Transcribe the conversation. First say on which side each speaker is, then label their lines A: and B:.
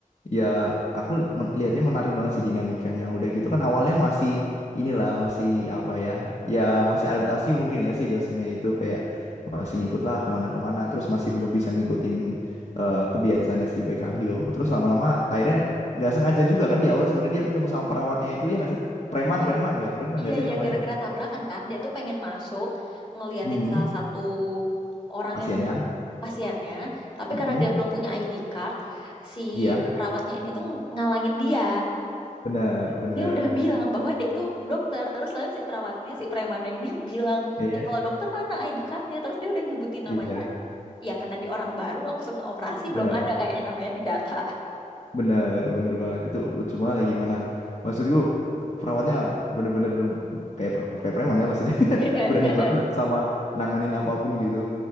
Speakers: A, on the left (about 50°); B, on the left (about 35°).
A: ya aku men- lihatnya menarik banget sih dinamikanya. Udah gitu kan awalnya masih inilah masih apa ya, ya masih adaptasi mungkin ya si dosennya itu kayak masih ngikut lah kemana-kemana. Terus masih belum bisa ngikutin eh, kebiasaannya si Baek Kang Hyo. Terus lama-lama akhirnya nggak sengaja juga kan di awal sebenarnya dia ketemu sama perawatnya itu ya nggak sih preman
B: iya
A: preman ya preman
B: iya
A: nggak sih
B: iya
A: namanya
B: gara-gara tabrakan kan dia tuh pengen masuk ngeliatin
A: mm
B: salah satu orang
A: kasihan
B: yang
A: ya
B: pasiennya tapi
A: Mm-mm.
B: karena dia belum punya ID card si
A: iya
B: perawatnya ini tuh ngalangin dia
A: benar benar
B: dia udah bilang bahwa dia itu dokter terus lalu si perawatnya si premannya ini <laughs> bilang
A: iya
B: ya kalau dokter mana ID cardnya terus dia udah nyebutin namanya
A: iya
B: Iya, karena di orang baru langsung operasi
A: benar
B: belum ada kayak yang namanya di data.
A: benar benar banget itu lucu banget lagi mana maksudku perawatnya bener-bener kayak pre- kayak preman ya maksudnya
B: <laughs>
A: <laughs> berani banget lah sama nanganin apapun gitu